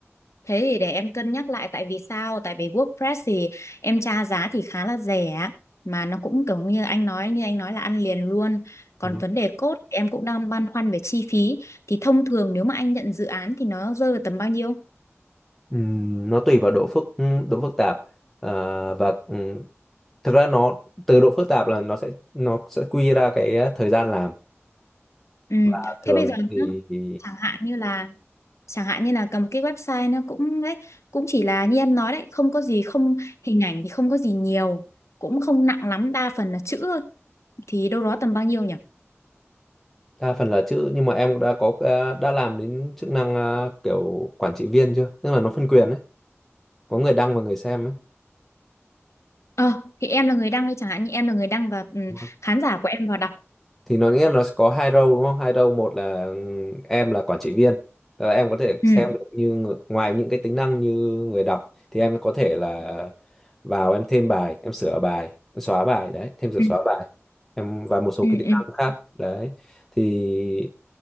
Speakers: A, on the left; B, in the centre.
A: Thế thì để em cân nhắc lại tại vì sao? Tại vì WordPress thì em tra giá thì khá là rẻ mà nó cũng kiểu như anh nói như anh nói là ăn liền luôn. Còn
B: Đúng không?
A: vấn đề code em cũng đang băn khoăn về chi phí thì thông thường nếu mà anh nhận dự án thì nó rơi vào tầm bao nhiêu?
B: Ừm, nó tùy vào độ phức độ phức tạp à, và thực ra nó từ độ phức tạp là nó sẽ nó sẽ quy ra cái ờ, thời gian làm
A: Ừ.
B: và
A: Thế
B: thường
A: bây giờ
B: thì,
A: nhá,
B: thì
A: chẳng hạn như là chẳng hạn như là cầm cái website nó cũng đấy cũng chỉ là như em nói đấy không có gì không hình ảnh thì không có gì nhiều cũng không nặng lắm đa phần là chữ thôi thì đâu đó tầm bao nhiêu nhỉ
B: đa phần là chữ nhưng mà em đã có ờ, đã làm đến chức năng ờ, kiểu quản trị viên chưa tức là nó phân quyền đấy có người đăng và người xem
A: ờ thì em là người đăng đi chẳng hạn như em là người đăng và ừ,
B: ấy
A: khán giả của em vào đọc
B: thì nó nghĩa là nó sẽ có hai role đúng không hai role một là ừm, em là quản trị viên Tức là em có thể
A: ừ
B: xem được như ng- ngoài những cái tính năng như người đọc thì em có thể là vào em thêm bài em sửa bài em xóa bài đấy thêm sửa
A: ừ
B: xóa bài em và một số
A: ừ
B: cái tính
A: ừ
B: năng khác đấy thì